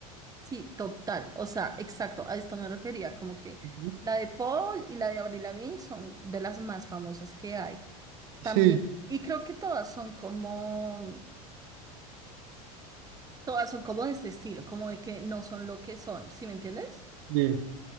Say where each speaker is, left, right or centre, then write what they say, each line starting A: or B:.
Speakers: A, on the right; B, on the right.
A: Sí, total. O sea, exacto. A esto me refería. Como que
B: Ujú.
A: la de Paul y la de Avril Lavigne son de las más famosas que hay. También.
B: Sí,
A: Y creo que todas son como, todas son como de este estilo, como de que no son lo que son. ¿Sí me entiendes?
B: sí,